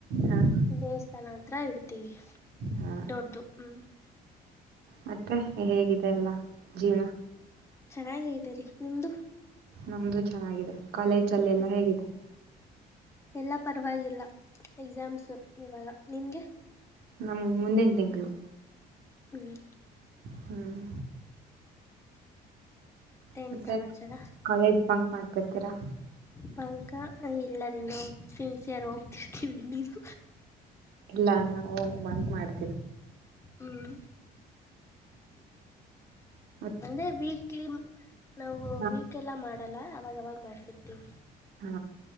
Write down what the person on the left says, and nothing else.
ದೇವಸ್ಥಾನ ಹತ್ರ ಇಡ್ತೀವಿ
ದೊಡ್ಡದು ಹ್ಮ್
ಚೆನ್ನಾಗ ನಿಮ್ದು
ಹ್ಮ್
ಎಲ್ಲ ಪರವಾಗಿಲ್ಲ ಎಕ್ಸಾಮ್ಸು ಇವಾಗ ನಿಮಗೆ
ಹ್ಮ್
ಮತ್ತೇನ್
ಸಮಾಚಾರ
ಬಂಕ ಹ ಎಲ್ಲರಿ ನ ಸಿನ್ಸಿಯರ್ ಹೋಗ್ತಿರ್ತೀವಿ ನೀವು
ಹ್ಮ್
ಅಂದ್ರೆ ವೀಕ್ಲಿ ನಾವು
ವೀಕ್ ಎಲ್ಲಾ ಮಾಡಲ್ಲ ಅವಾಗವಾಗ ಮಾಡ್ತಿರ್ತಿವಿ